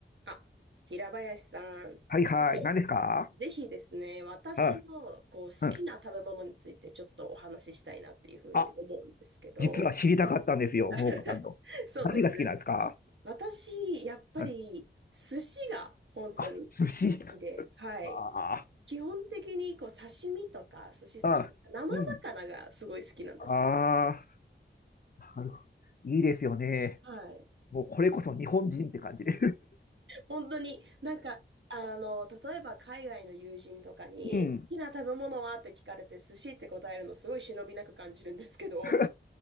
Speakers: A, on the right; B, on the left.
A: あ、平林さん、ちょっと、
B: はいはい。何ですか
A: ぜひですね、私のこう好きな食べ物についてちょっとお話ししたいなっていうふうに思うんですけど、
B: はい。うん。あ、実は知りたかったんですよ、
A: <laughs>
B: 桃子さんの。
A: そうです。
B: 何が好きなんですか
A: 私、やっぱり寿司が本当に好
B: うん。あ、寿司。
A: きで、はい。
B: あ
A: 基本的にこう刺身とか寿司とか、
B: あ。
A: 生魚がすごい好きなんですね。
B: うん。ああ。なるほどいいですよね。
A: はい。
B: もうこれこそ日本人って感じで。
A: 本当に、なんか、あの、例えば海外の友人とかに、
B: <laughs> うん。
A: 好きな食べ物はって聞かれて、寿司って答えるのすごい忍びなく感じるんですけど、
B: <laughs>